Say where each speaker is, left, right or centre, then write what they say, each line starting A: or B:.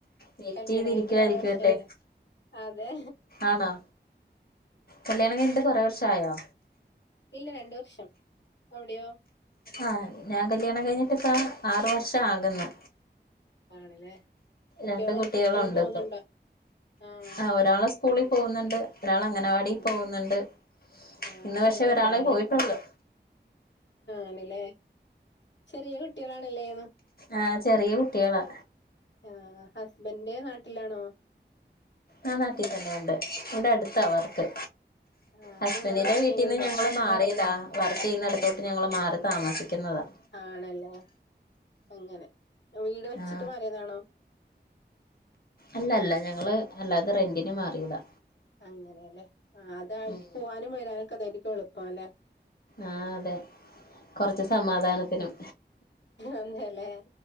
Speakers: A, on the left (about 55°); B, on the left (about 80°).
A: വെയിറ്റെയ്തിരിക്കുവായിരിക്കുവെല്ലെ
B: കല്യാണം കഴിഞ്ഞിട്ട് കൊറെ വർഷായോ അതെ
A: ആണോ? കല്യാണം കഴിഞ്ഞിട്ട് കൊറെ വർഷായോ?
B: ഇല്ല രണ്ട് വർഷം അവിടെയോ?
A: ആഹ ഞാൻ കല്യാണം കഴിഞ്ഞിട്ട്പ്പ ആറ് വർഷാ ആക്ന്ന്
B: ആണ്ലെ കുട്ട്യാള്
A: രണ്ട് കുട്ടികളുണ്ട്
B: സ്കൂളി പോണ്
A: ഇപ്പൊ
B: ണ്ടോ ആഹ
A: ആ ഒരാള് സ്കൂളിൽ പോകുന്നുണ്ട്. ഒരാള് അംഗനവാടി
B: ഉം
A: പോകുന്നുണ്ട്
B: ആഹ്
A: ഇന്ന്
B: ചെറിയ
A: പക്ഷേ ഒരാളെ
B: കുട്ടികളല്ലേ
A: പോയിട്ടൊള്ളു.
B: ആണല്ലേ ചെറിയ കുട്ടികളാണല്ലേ
A: ആഹ് ചെറിയ കുട്ടിയളാ.
B: ആ ഹസ്ബന്റ് നാട്ടിലാണോ?
A: ആ നാട്ടിൽ തന്നെ ഉണ്ട് ഇവിടെ അടുത്താവർക്ക്
B: ആഹ്
A: ഹസ്ബന്റിന്റെ
B: നിങ്ങള് വർക്ക്
A: വീട്ടിന്ന്
B: ചെയ്യുന്നുണ്ടോ
A: ഞങ്ങള്. മാറിയതാ വർക്ക് ചെയ്യുന്ന അടുത്തോട്ട് ഞങ്ങള് മാറി താമസിക്കുന്നതാ.
B: ആണല്ലേ അങ്ങനെ വീട് വെച്ചിട്ട്
A: ആ
B: മാറിയതാണോ?
A: അല്ല അല്ല ഞങ്ങള് അല്ലാതെ റെന്റിന് മാറിയതാ.
B: അങ്ങനെയല്ലേ ആ അതായിരിക്കും
A: ഉം
B: പോവാനും വരാനു ഒക്കെ അതായിരിക്കും എളുപ്പം അല്ലേ
A: ആഹ് അതെ കൊറച്ച്
B: ആഹ്
A: സമാധാനത്തിനും
B: അതെല്ലേ